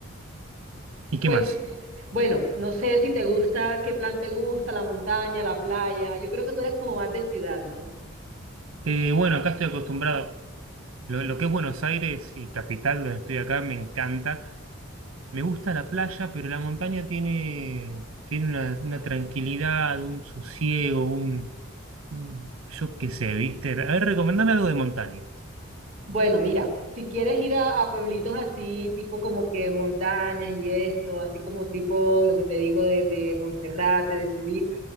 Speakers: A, on the right; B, on the right.
A: ¿Y qué
B: Pues,
A: más?
B: bueno, no sé si te gusta, qué plan te gusta, la montaña, la playa. Yo creo que tú eres como más de ciudad, ¿no?
A: Eh, bueno, acá estoy acostumbrado. Lo, lo que es Buenos Aires y capital, donde estoy acá, me encanta. Me gusta la playa, pero la montaña tiene, tiene una, una tranquilidad, un sosiego, un, un- yo qué sé, ¿viste? A ver, recomendame algo de montaña.
B: Bueno, mira, si quieres ir a, a pueblitos así, tipo como que montañas y esto, así como tipo lo que te digo de, de Monserrate, de subir,